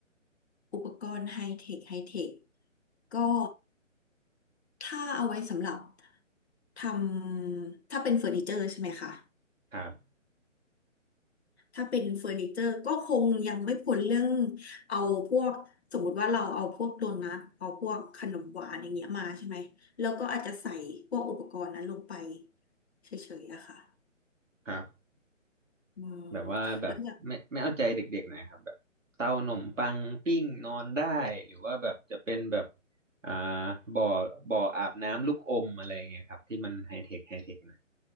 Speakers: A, on the left; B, on the right.
A: อุปกรณ์ไฮเทคไฮเทค ก็ถ้าเอาไว้สำหรับทำถ้าเป็นเฟอร์นิเจอร์ใช่ไหมคะ
B: ครับ
A: ถ้าเป็นเฟอร์นิเจอร์ก็คงยังไม่พ้นเรื่องเอาพวกสมมุติว่าเราเอาพวกโดนัทเอาพวกขนมหวานอย่างเงี้ยมาใช่ไหมแล้วก็อาจจะใส่พวกอุปกรณ์นั้นลงไปเฉยๆอะค่ะ
B: ครับ
A: อืม
B: แบบว่าแบบไม่ไม่เอาใจเด็กๆหน่อยครับแบบเตาหนมปังปิ้งนอนได้หรือว่าแบบจะเป็นแบบ
A: แล้วอย่าง
B: อ่าบ่อบ่ออาบน้ำลูกอมอะไรอย่างเงี้ยครับที่มันไฮเทคไฮเทคหน่อย